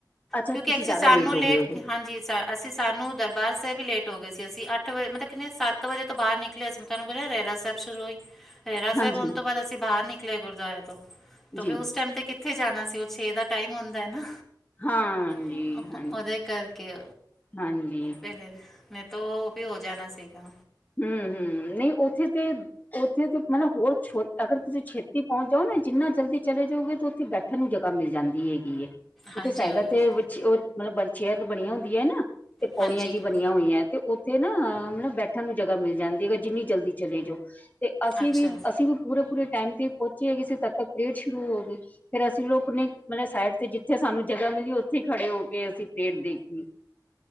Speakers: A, on the left; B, in the centre.
A: ਅੱਛਾ
B: ਕਿਉਂਕਿ
A: ਤੁਸੀਂ
B: ਏਕ ਸੀ
A: ਜ਼ਿਆਦਾ
B: ਸਾਨੂੰ
A: ਹੋ
B: ਲੇਟ
A: ਗਏ ਹੋਗੇ
B: ਹਾਂਜੀ, ਸਰ ਅਸੀਂ ਸਾਨੂੰ ਦਰਬਾਰ ਸਾਹਿਬ ਹੀ ਲੇਟ ਹੋ ਗਏ ਸੀ, ਅਸੀਂ ਅੱਠ ਵਜੇ, ਮਤਲਬ ਕਿੰਨੇ ਸੱਤ ਵਜੇ ਤੋਂ ਬਾਹਰ ਨਿ ਕਲੇ ਤਾਨੂੰ ਪਤਾ ਏ, ਰਹਿਰਾਸ ਸਾਹਿਬ ਸ਼ੁਰੂ ਹੋਈ। ਰਹਿਰਾਸ ਸਾਹਿਬ
A: ਹਾਂਜੀ
B: ਹੋਨ ਤੋਂ ਬਾਅਦ ਅਸੀਂ ਬਾਹਰ ਨਿਕਲੇ ਗੁਰਦੁਆਰੇ ਤੋਂ। ਤੇ
A: ਜੀ
B: ਫੇਰ ਉਸ ਟਾਈਮ ਤੇ ਕਿੱਥੇ ਜਾਨਾ ਸੀ, ਓ ਛੇ ਦਾ ਟਾਈਮ ਹੁੰਦਾ ਨਾ।
A: ਹਾਂਜੀ
B: ਹੁੰ ਅ
A: ਹਾਂਜੀ
B: ਉਦੇ ਕਰਕੇ
A: ਹਾਂਜੀ
B: ਪਹਿਲੇ ਮੈਂ ਤੋਂ ਓ ਵੀ ਹੋ ਜਾਨਾ ਸੀਗਾ।
A: ਹੂੰ -ਹੂੰ, ਨਈ ਉੱਥੇ ਤੇ ਉੱਥੇ ਤੇ ਮਤਲਬ ਹੋਰ ਛੋਟਾ ਆ, ਅਗਰ ਤੁਸੀਂ ਛੇਤੀ ਪਹੁੰਚ ਜਾਓ ਨਾ, ਜਿੰਨਾ ਜਲਦੀ ਚਲੇ ਜਾਓਗੇ ਤੇ ਉੱਥੇ ਬੈਠ ਠਨ ਨੂੰ ਜਗ੍ਹਾ ਮਿਲ ਜਾਂਦੀ ਹੈਗੀ ਏ।
B: ਹਾਂਜੀ
A: ਉੱਥੇ ਸਾਈਡਾਂ
B: ਉਹੀ ਉਹੀ
A: ਤੇ ਵਿੱਚ ਓ ਮਤਲਬ ਚੇਅਰ ਬਨੀਆਂ ਹੁੰਦੀਆਂ ਹੈ ਨਾ। ਉੱਥੇ ਪੋੜੀਆਂ
B: ਹਾਂਜੀ
A: ਜਿਹੀ ਬਨੀਆਂ ਹੋਈਆਂ, ਤੇ ਉੱਥੇ ਨਾ ਮਤਲਬ ਬੈਠਨ ਨੂੰ ਜਗ੍ਹਾ ਮਿਲ ਜਾਂਦੀ ਹੈ ਬਈ। ਜਿੰਨੀ ਜਲਦੀ ਚਲੇ ਜਾਓ, ਤੇ ਅਸੀਂ
B: ਅੱਛਾ
A: ਵੀ ਅਸੀਂ ਵੀ ਪੂਰੇ- ਪੂਰੇ ਟਾਈਮ ਤੇ ਪਹੁੰਚੇ ਹੀ ਸੀ, ਤਦ ਤੱਕ ਪਰੇਡ ਸ਼ੁਰੂ ਹੋ ਗਈ। ਫੇਰ ਅਸੀਂ ਲੋਕ ਨੇ, ਮਤਲਬ ਸਾਈਡ ਤੇ ਜਿੱਥੇ ਸਾਨੂੰ ਜਗ੍ਹਾ ਮਿਲੀ। ਉੱਥੇ ਈ ਖੜੇ ਹੋ ਕੇ ਅਸੀਂ ਪਰੇਡ ਦੇਖ ਲੀ।